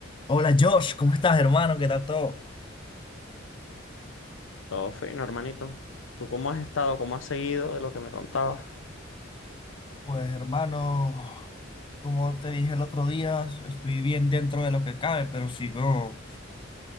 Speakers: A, on the left; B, on the left.
A: Hola Josh, ¿cómo estás, hermano? ¿Qué tal todo?
B: Todo fino, hermanito. ¿Tú cómo has estado? ¿Cómo has seguido de lo que me contabas?
A: Pues hermano, como te dije el otro día, estoy bien dentro de lo que cabe, pero sigo,